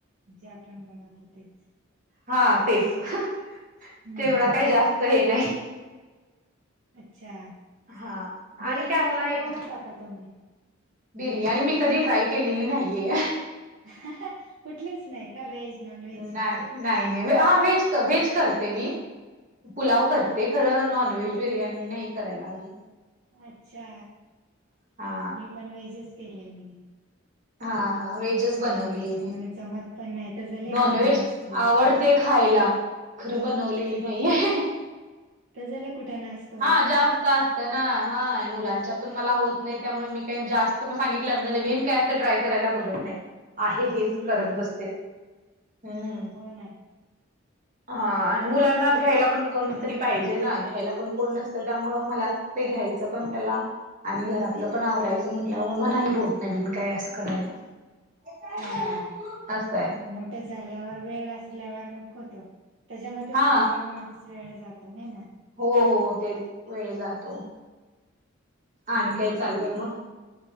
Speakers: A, on the right; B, on the right.
A: जे आपण बनवतो तेचं
B: हा तेचं हं
A: हम्म
B: तेवढा काय जास्त हे नाही
A: अच्छा
B: हा
A: बिर्याणी
B: आणि काय आपला
A: वगैरे
B: एक
A: बनवता का तुम्ही
B: बिर्याणी मी कधी ट्राय केलेली नाहीये आहे.
A: हां हां कुठलीच नाही का व्हेज-नॉनव्हेज
B: नाही नाही नाय हा व्हेज-व्हेज करते मी पुलाव करते खरं.. नॉनव्हेज बिर्याणी नाही करायला अजून
A: अच्छा
B: हा
A: मी पण व्हेजचं केलेली आहे
B: हां हां व्हेजच बनवलीय
A: नॉनव्हेजचे
B: मी
A: मला जमत पण नाही त्याचा लय
B: नॉनव्हेज
A: कुटाणा असतो वाटतं.
B: आवडते. खायला खरं बनवलेली नाहीेये हं हं हं
A: त्याजा लई कुटाणा असं
B: हां जास्त असतात. ना हाय मुलांच्यातून मला होत नाही त्यामुळे मी काय जास्त मग सांगितल्यावर नवीन काय असं ट्राय करायला बघत नाय आहे हेच
A: हम्म
B: करत बसते... हम्म्म
A: हो ना
B: हां
A: तेच
B: आणि
A: ना
B: मुलांना घ्यायला पण कोणतरी पाहिजे ना घ्यायला पण कोण नसतं त्यामुळं मला ते घ्यायचं पण त्याला आणि घरातलं पण आवरायचं म्हटल्यावर मग नाही होत नवीन काय असं करायला. हे काय
A: हा
B: कराल्यास तू... असायं
A: मोठं झाल्यावर वेळ असल्यावर मग होतो. तेज्यामध्येच
B: हा
A: मुलांमध्येच वेळ जातो हाय ना
B: हो हो तेज वेळ जातो
A: हम्म
B: आणि काय चालंय मग